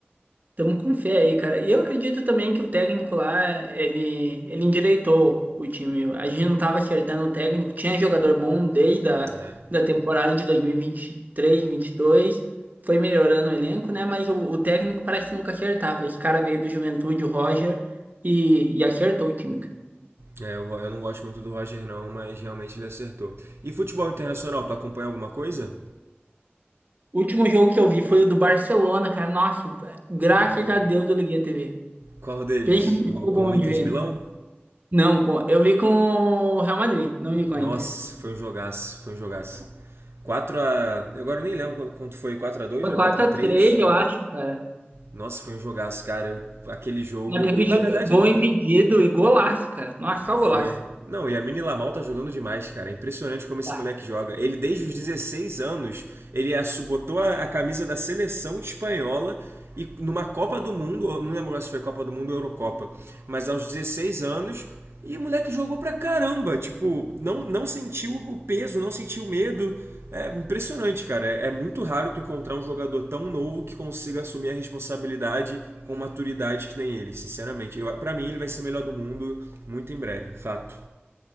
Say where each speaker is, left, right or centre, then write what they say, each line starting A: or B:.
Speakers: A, on the right; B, on the right.
A: Tamo com fé aí, cara. E eu acredito também que o técnico lá, ele, ele endireitou o time. A gente não tava acertando o técnico. Tinha jogador bom desde a
B: É.
A: da temporada de dois mil e e vinte vinte três, vinte e dois. Foi melhorando o elenco, né? Mas o, o técnico parece que nunca acertava. Esse cara veio do Juventude, o Roger, e, e acertou o time, cara.
B: É, eu, eu não gosto muito do Roger não, mas realmente ele acertou. E futebol internacional, tu acompanha alguma coisa?
A: O último jogo que eu vi foi o do Barcelona, cara. Nossa, graças
B: Qu-
A: a Deus eu liguei a TV.
B: Qual deles?
A: Pensa num
B: O
A: jogo
B: com
A: bom
B: o Inter
A: de ver.
B: de Milão?
A: Não, com- eu vi com o Real Madrid, não vi com
B: Nossa,
A: a Inter.
B: foi um jogaço, foi um jogaço. quatro a, agora eu nem lembro quanto foi, 4 a 2
A: Foi
B: ou
A: 4x3,
B: 4 a três
A: eu acho, cara.
B: Nossa, foi um jogaço, cara. Eu, aquele jogo.
A: Mas teve
B: Na
A: jo-
B: verdade,
A: gol impedido e golaço, cara. Nossa, só
B: foi.
A: golaço.
B: Não, e a Mini Lamal tá jogando demais, cara. É impressionante como esse
A: Tá.
B: moleque joga. Ele, desde os 16 anos, ele assu- botou a, a camisa da seleção espanhola e numa Copa do Mundo, não lembro se foi Copa do Mundo ou Eurocopa, mas aos 16 anos. E o moleque jogou pra caramba, tipo, não, não sentiu o peso, não sentiu o medo. É impressionante, cara. É, é muito raro tu encontrar um jogador tão novo que consiga assumir a responsabilidade com maturidade que nem ele, sinceramente. Eu, pra mim, ele vai ser melhor do mundo muito em breve, fato.